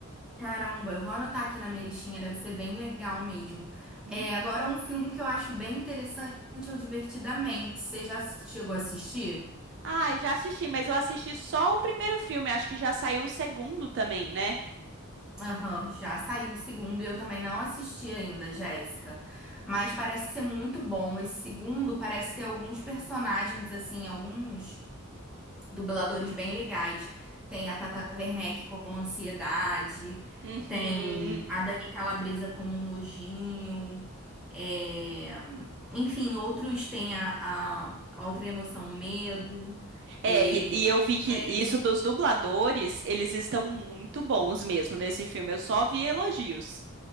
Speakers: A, in the centre; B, on the right.
A: Caramba, eu vou anotar aqui na minha listinha, deve ser bem legal mesmo.
B: Uhum.
A: É, agora um filme que eu acho bem interessante é o Divertidamente. Você já chegou a assistir?
B: Ah, já assisti, mas eu assisti só o primeiro filme, acho que já saiu o segundo também, né?
A: Aham, já saiu o segundo e eu também não assisti ainda, Jéssica. Mas parece ser muito bom. Esse segundo parece ter alguns personagens, assim, alguns. dubladores bem legais. Tem a Tata Werneck como Ansiedade,
B: Uhum.
A: tem a Dani Calabresa como Nojinho, é, enfim, outros tem a, a- a outra emoção, Medo,
B: É,
A: é,
B: e, e eu vi que
A: Tédio.
B: isso dos dubladores, eles estão muito bons mesmo nesse filme, eu só vi elogios.